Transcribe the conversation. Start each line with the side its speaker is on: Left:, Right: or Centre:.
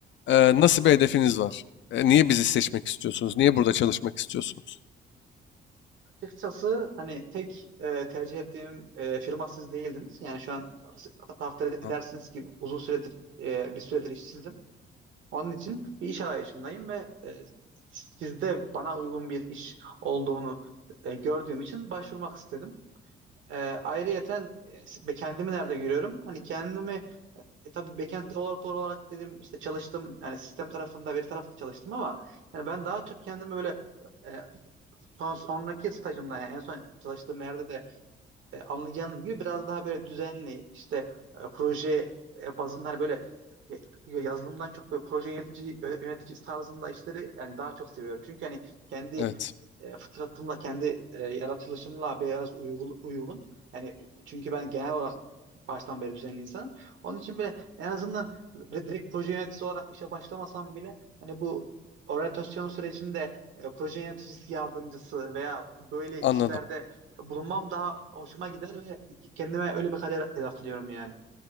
Left: e, nasıl bir hedefiniz var? E, niye bizi seçmek istiyorsunuz? Niye burada çalışmak istiyorsunuz?
Right: Açıkçası hani tek e, tercih ettiğim e, firma siz değildiniz. Yani şu an takdir
Left: Ha,
Right: edersiniz ki uzun süredir e, bir süredir işsizdim. Onun için bir iş arayışındayım ve e, sizde bana uygun bir iş olduğunu e, gördüğüm için başvurmak istedim. E, ayrıyeten e, kendimi nerede görüyorum? Hani kendimi E tabii backend developer olarak dedim işte çalıştım yani sistem tarafında veri tarafında çalıştım ama yani ben daha çok kendimi öyle e, son, sonraki stajımda yani en son çalıştığım yerde de e, anlayacağınız gibi biraz daha böyle düzenli işte e, proje e, bazında hani böyle e, yazılımdan çok böyle proje yönetici yönetici tarzında işleri yani daha çok seviyorum. Çünkü hani kendi
Left: evet.
Right: e, fıtratımla kendi e, yaratılışımla biraz uygun, uygun. Yani çünkü ben genel olarak baştan beri düzenli insanım. Onun için bile en azından böyle direkt proje yöneticisi olarak işe başlamasam bile hani bu oryantasyon sürecinde e, proje yöneticisi yardımcısı veya böyle
Left: Anladım.
Right: işlerde bulunmam daha hoşuma gider ve kendime öyle bir kader hedefliyorum yani.